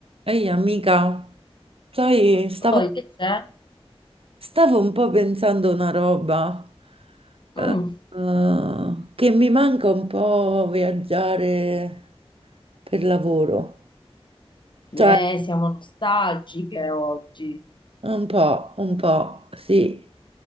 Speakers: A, on the right; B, on the left.
A: Ehi amica, sai, stavo,
B: Poi che c'è?
A: stavo un po' pensando una roba eh,
B: Mm,
A: eh, che mi manca un po' viaggiare per lavoro.
B: beh,
A: Cioè,
B: siamo nostalgiche oggi.
A: Un po', un po', sì.